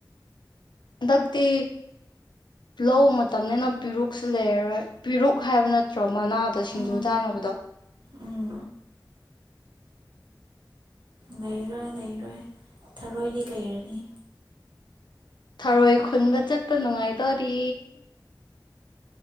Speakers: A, on the left; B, on the right.
A: ꯍꯟꯗꯛꯇꯤ ꯂꯧ ꯃꯇꯝꯅꯤꯅ ꯄꯦꯔꯨꯛꯁꯨ ꯂꯩꯔꯔꯣꯏ ꯄꯤꯔꯨꯛ ꯍꯥꯏꯕ ꯅꯠꯇ꯭ꯔꯣ ꯃꯅꯥꯗ ꯁꯤꯡꯖꯨ
B: ꯎꯝ
A: ꯆꯥꯅꯕꯗꯣ
B: ꯎꯝ ꯂꯩꯔꯣꯏ ꯂꯩꯔꯣꯏ ꯊꯔꯣꯏꯗꯤ ꯂꯩꯔꯅꯤ
A: ꯊꯔꯣꯏ ꯈꯨꯟꯕ ꯆꯠꯄ ꯅꯨꯡꯉꯥꯏꯗꯣꯔꯤ